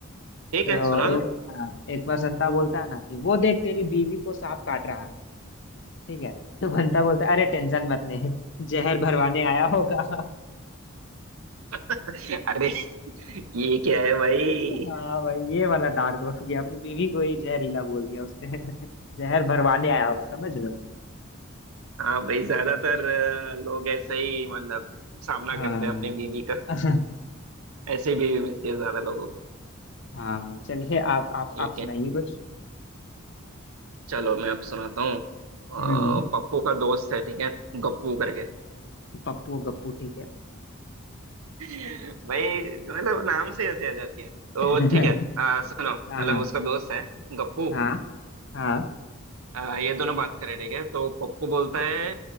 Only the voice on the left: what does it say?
तो
ए,
हाँ, एक बार संता बोलता है ना कि वो देख तेरी बीवी को सांप काट रहा है ठीक है तो बंता बोलता है अरे टेंशन मत ले जहर भरवाने आया होगा
हाँ भाई ये वाला डार्क हो गया अपनी बीवी को ही जहरीला बोल दिया उसने <laughs> जहर भरवाने आया होगा समझ रहे हो
हाँ
<laughs> हाँ चलिए आप आप
आप सुनाइए
कुछ
हम्म
पप्पू और गप्पू ठीक है
<laughs>
हाँ
हाँ
हाँ हाँ